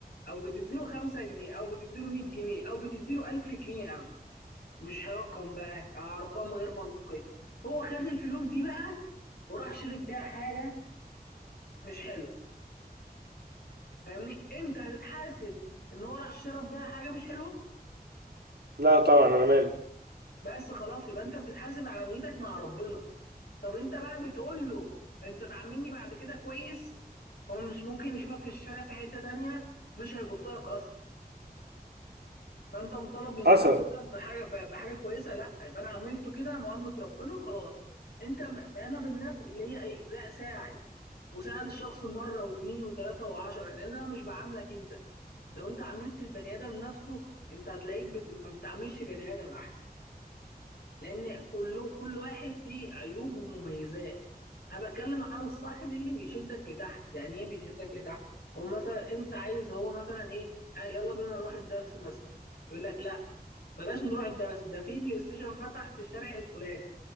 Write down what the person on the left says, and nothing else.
أو بتديله خمسة جنيه أو بتديله مية جنيه أو بتديله ألف جنيه يا عم مش رقم بقى آه، أرقام غير منطقية هو خد الفلوس دي بقى وراح شرب بيها حاجة مش حلوة فاهمني أنت هتتحاسب إن هو راح شرب بيها حاجة مش حلوة
بس خلاص يبقى أنت بتتحاسب على نيتك مع ربنا طب انت بقى بتقول له انت تعاملني بعد كده كويس هو مش ممكن يشوفك في الشارع في حتة تانية مش هيبص لك اصلا فانت مطالب من ان
هو يبص لك بحاجة ب- بحاجة كويسة لا يبقى انا عملته كده معاملة ربنا خلاص انت م- انا بالناس اللي هي ايه لا ساعد وساعد الشخص مرة واثنين وثلاثة وعشرة لان انا مش بعاملك انت لو انت عاملت البني ادم نفسه انت هتلاقيك بت... ما بتعاملش بني ادم احسن لان كله كل واحد فيه عيوب ومميزات انا بتكلم على الصاحب اللي بيشدك لتحت يعني ايه بيشدك لتحت هو مثلا انت عايز هو مثلا ايه آه يلا بينا نروح الدرس مثلا يقول لك لا بلاش نروح الدرس ده في بلاي ستيشن فتح في الشارع الفلاني